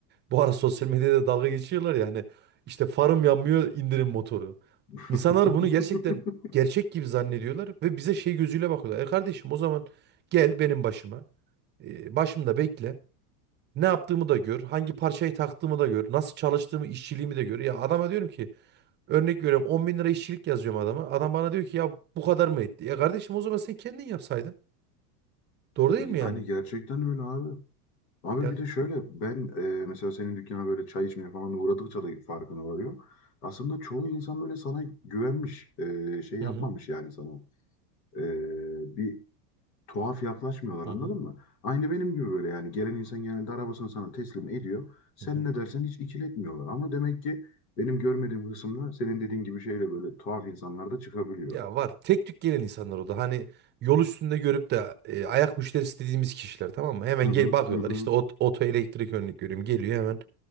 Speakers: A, on the right (about 20°); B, on the left (about 85°).
A: bu ara sosyal medyada dalga geçiyorlar ya hani işte farım yanmıyor indirin motoru.
B: <laughs>
A: İnsanlar bunu gerçekten gerçek gibi zannediyorlar ve bize şey gözüyle bakıyorlar. E kardeşim o zaman gel benim başıma. E, başımda bekle. Ne yaptığımı da gör. Hangi parçayı taktığımı da gör. Nasıl çalıştığımı, işçiliğimi de gör. Ya adama diyorum ki örnek veriyorum 10 bin lira işçilik yazıyorum adama. Adam bana diyor ki ya bu kadar mı etti? Ya kardeşim o zaman sen kendin yapsaydın. Doğru değil
B: Yani
A: mi yani?
B: gerçekten öyle abi. Abi
A: Ya.
B: bir de şöyle ben e, mesela senin dükkana böyle çay içmeye falan uğradıkça da farkına varıyorum. Aslında çoğu insan böyle sana güvenmiş, e, şey yapmamış
A: Hı hı.
B: yani sana. e, bir tuhaf yaklaşmıyorlar
A: Hı
B: anladın
A: hı.
B: mı? Aynı benim gibi böyle yani gelen insan genelde arabasını sana teslim ediyor. Sen
A: hı hı.
B: ne dersen hiç ikiletmiyorlar. Ama demek ki benim görmediğim kısımda senin dediğin gibi şeyle böyle tuhaf insanlar da çıkabiliyor.
A: Ya var. Tek tük gelen insanlar o da. Hani yol üstünde görüp de e, ayak müşterisi dediğimiz kişiler tamam mı? Hemen
B: Hı hı
A: gel bakıyorlar.
B: hı hı.
A: İşte ot, oto elektrik örnek görüyorum. Geliyor hemen.